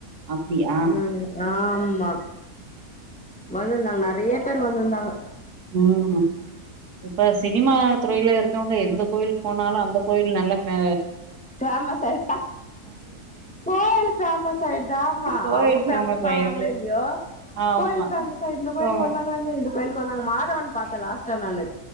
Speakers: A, on the right; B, in the centre.
A: அப்டியா
B: ம் ஆமா வந்திருந்தாங்க நறைய பேர் வந்திருந்தாங்க
A: ம் இப்ப சினிமா துறையில இருக்கவங்க எந்த கோயில் போனாலு அந்த கோயில் நல்ல ஃபா
B: ஃபேமஸ் ஆய் கோயில் பேமஸ் ஆயிடுதா ஆமா
A: கோவில்
B: அவங்க ஃபேமஸ் ஆகுறாங்களோ
A: ஆயிருது
B: இல்லையோ
A: ஆமா
B: கோயில் ஃபேமஸா இந்த கோயிலுக்கு
A: கோவ
B: வந்தாங்களாமே இந்த கோயிலு இப்ப நா மாதவன் பாத்தன் லாஸ்டா நானு